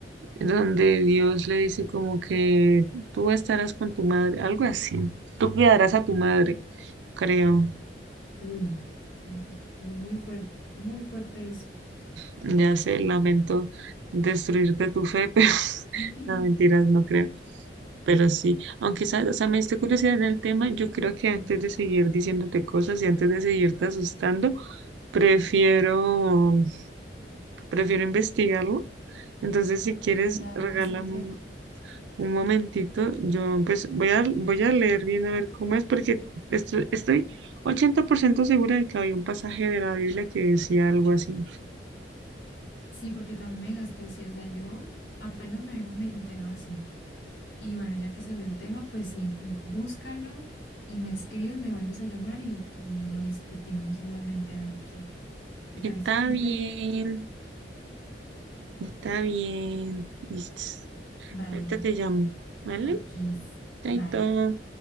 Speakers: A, on the right (about 80°); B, on the left (about 75°).
A: donde Dios le dice como que tú estarás con tu madre, algo así. Tú cuidarás a tu madre, creo.
B: Uy, hombre, muy muy fuerte, muy fuerte eso.
A: Ya sé, lamento destruirte tu fe, <laughs> pero
B: <laughs>
A: no, mentiras, no creo. Pero sí, aunque sabes, o sea, me diste curiosidad en el tema, yo creo que antes de seguir diciéndote cosas y antes de seguirte asustando, prefiero, prefiero investigarlo. Entonces, si quieres,
B: Dar
A: regálame
B: más el tema.
A: un Un momentito, yo pues voy a, voy a leer bien a ver cómo es, porque esto- estoy 80% segura de que había un pasaje de la Biblia que decía algo así.
B: Sí, porque también me dejaste así, o sea, yo apenas me vengo, me entero así. Y bueno, ya que salió el tema, pues sí, búscalo y me escribes, me vuelves a llamar y, y lo discutimos nuevamente a ver qué. Me
A: Está
B: pareció interesante.
A: bien, está bien. Listo.
B: Vale,
A: Ahorita te llamo, ¿vale?
B: ok,
A: Chaito.
B: bye.